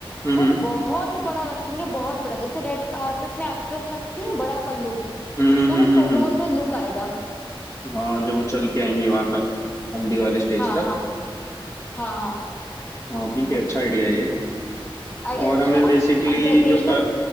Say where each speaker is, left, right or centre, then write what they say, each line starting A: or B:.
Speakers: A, on the left (about 35°); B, on the left (about 20°).
A: हम्म
B: वो
A: हम्म
B: बहुत बड़ा रखेंगे बहुत बड़ा जैसे रेड कारपेट में एक्ट्रेस रखती है बड़ा पल्लू
A: हम्म हम्म
B: तो वो
A: हम्म
B: फोटोज
A: हम्म, हम्म।
B: में लुक आएगा
A: हाँ जब वो चल के आएंगी वहां तक हल्दी वाले स्टेज
B: हाँ
A: तक
B: हाँ हाँ हाँ
A: हाँ ठीक है अच्छा आइडिया है ये
B: आइडिया
A: और
B: अच्छा
A: हमें
B: ना
A: बेसिकली
B: अब डेकोरेशन
A: जो कर